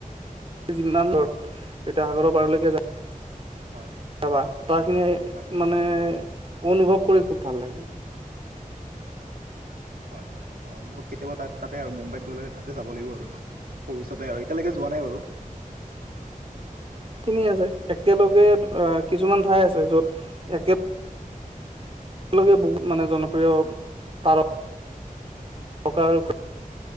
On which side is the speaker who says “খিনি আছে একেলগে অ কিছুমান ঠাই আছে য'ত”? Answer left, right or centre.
Right